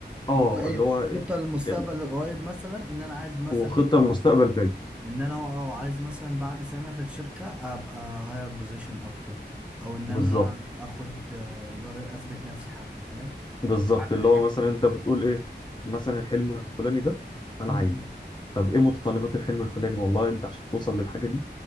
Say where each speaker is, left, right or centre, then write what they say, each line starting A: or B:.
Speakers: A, on the left (about 25°); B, in the centre.
A: اه
B: اللي هو ايه
A: اللي هو
B: خطه للمستقبل
A: آه،
B: القريب مثلا ان انا عايز مثلا
A: وخطة مستقبل بعيد
B: ان انا اه آه، عايز مثلا بعد سنه في الشركه ابقى هاير بوزيشن اكتر او ان انا
A: بالظبط
B: اخد آه، اللي هو اثبت نفسي حتى فاهم؟
A: بالظبط
B: اللي هو اعمل
A: اللي هو
B: حاجه
A: مثلا
B: يعني
A: انت
B: في
A: بتقول
B: الشركة دي.
A: ايه مثلا الحلم الفلاني ده انا
B: م- م.
A: عايزه طب ايه متطلبات الحلم الفلاني والله انت عشان توصل للحاجه دي